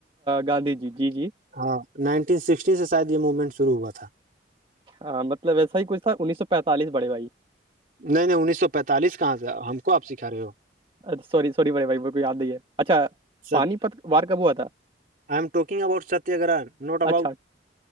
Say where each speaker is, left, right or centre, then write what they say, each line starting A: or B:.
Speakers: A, on the right; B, on the right.
A: گاندھی جی جی جی
B: ہاں نائنٹین سکسٹی سے شاید یہ موومنٹ شرو ہوا تھا
A: ہاں مطلب و ایسا ہی کچ تھا انیس سو پینتالس بڑے بھائی
B: نہیں نہیں انیس سو پینتالس کہاں سے ہم کوپ سکھا رہے ہو
A: اچ سوری سوری بھائی بھائی بالک یاد نہیں ہے اچھا پانی
B: آئی
A: پت وار کب ہوا تھا
B: ایم ٹاکنگ ابؤٹ ستیہ گگر نٹ ابؤٹ
A: اچھا